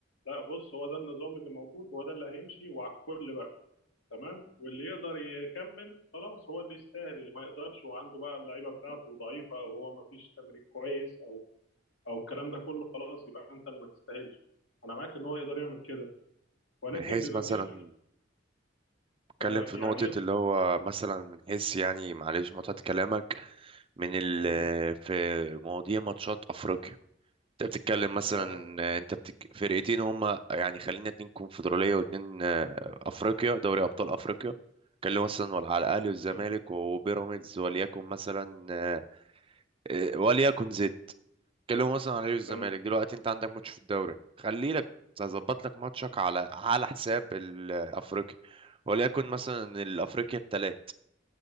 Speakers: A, on the left (about 65°); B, on the right (about 30°).
A: لا بص هو ده النظام اللي موجود هو ده اللي هيمشي وعلى الكل بقى تمام واللي يقدر يكمل خلاص هو اللي يستاهل اللي ما يقدرش وعنده بقى اللعيبه بتاعته ضعيفه او هو ما فيش تمرين كويس او او الكلام ده كله خلاص يبقى انت اللي ما تستاهلش انا معاك ان هو يقدر يعمل كده ولكن
B: من حيث
A: بيبقى
B: مثلا
A: فيه شويه
B: اتكلم
A: آه
B: في نقطة
A: يعني يقدر
B: اللي هو مثلا من حيث يعني معلش مقطعة كلامك من ال
A: مم،
B: في مواضيع ماتشات أفريقيا انت بتتكلم مثلا
A: اه
B: ان انت بتك... فرقتين هما يعني خلينا اتنين كونفدرالية واتنين آه، افريقيا دوري ابطال افريقيا كان مثلا ولا على الاهلي والزمالك
A: مم،
B: وبيراميدز وليكن مثلا آه، آه، وليكن زد كلموا مثلا على الاهلي والزمالك
A: تمام
B: دلوقتي انت عندك ماتش في الدوري خلي لك هظبط لك ماتشك على على حساب الافريقي وليكن مثلا الافريقيا الثلاث